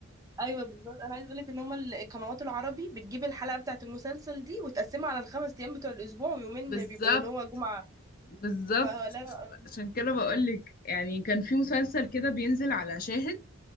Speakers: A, on the right; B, on the left.
A: ايوه بالظبط انا عايزه اقول لك ان هم القنوات العربي بتجيب الحلقه بتاعه المسلسل دي وتقسمها على الخمس ايام بتوع الاسبوع ويومين
B: بالظبط
A: بيبقوا اللي هو جمعه
B: بالظبط
A: فلا لا
B: عشان كده بقولك يعني كان في مسلسل كده بينزل على شاهد